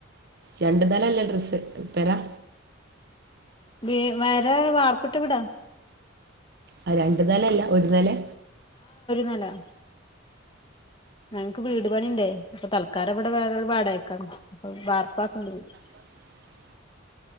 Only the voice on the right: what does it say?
രണ്ടു നില അല്ലേ ഡ്രെസ്സ് പെരാ?
അഅ് രണ്ടു നെലല്ല ഒരു നെലെ?
<inaudible>